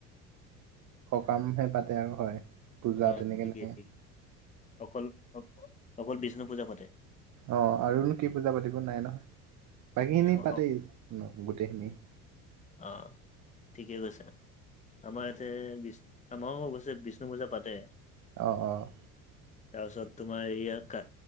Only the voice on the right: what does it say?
সকামহে পাতে আৰু হয়, পূজা
তেনেকে
নাই।
অ', আৰুনো কি পূজা পাতিব, নাই নহয়, বাকীখিনি
পাতেই গোটেইখিনি।
অ' অ'।